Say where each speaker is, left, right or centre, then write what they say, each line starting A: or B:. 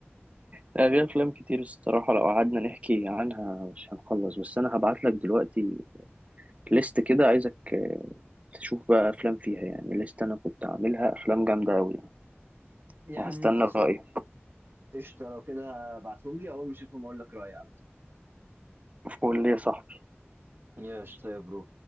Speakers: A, on the right; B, on the right.
A: في افلام كتير الصراحه لو قعدنا نحكي عنها مش هنخلص بس انا هبعت لك دلوقتي ليست كده عايزك تشوف بقى افلام فيها يعني ليست انا كنت عاملها افلام جامده قوي يعني
B: يا
A: وهستنى
B: عم خلصانه
A: رايك
B: قشطه لو كده ابعتهم لي اول ما اشوفهم اقول لك رايي على طول
A: قول لي يا صاحبي
B: يا قشطه يا برو